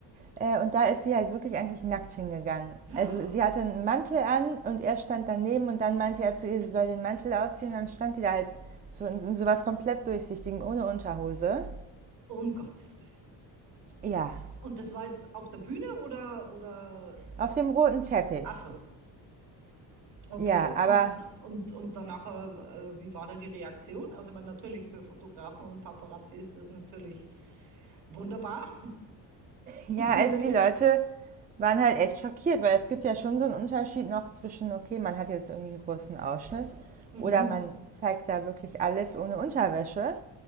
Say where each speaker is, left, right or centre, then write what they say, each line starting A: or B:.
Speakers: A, on the right; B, on the right.
A: Äh, und da ist sie halt wirklich eigentlich nackt hingegangen.
B: Ja,
A: Also sie hatte einen Mantel an und er stand daneben und dann meinte er zu ihr, sie soll den Mantel ausziehen. Und dann stand die da halt so in, in sowas komplett durchsichtigen, ohne Unterhose.
B: Um Gottes Willen.
A: Ja,
B: Und das war jetzt auf der Bühne oder, oder, äh,
A: auf dem roten Teppich.
B: ach so, okay.
A: Ja,
B: Und
A: aber
B: dann, und, und dann nachher, äh, wie war da die Reaktion? Also, ich meine, natürlich für Fotografen und Paparazzi ist das natürlich wunderbar.
A: ja,
B: <laughs>
A: also die Leute waren halt echt schockiert, weil es gibt ja schon so einen Unterschied noch zwischen, okay, man hat jetzt irgendwie einen großen Ausschnitt
B: Mhm,
A: oder man zeigt da wirklich alles ohne Unterwäsche.